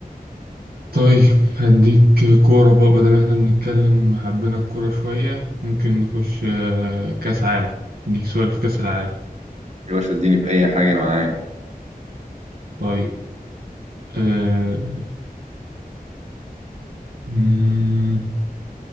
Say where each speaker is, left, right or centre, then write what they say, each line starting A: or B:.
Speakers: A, on the right; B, on the right.
A: طيب هديك كورة بقى بدل ما احنا بنتكلم حبينا الكورة شوية ممكن نخش آه، كأس عالم اديك سؤال في كأس العالم
B: يا باشا اديني في اي حاجه انا معاك
A: طيب آه، مم،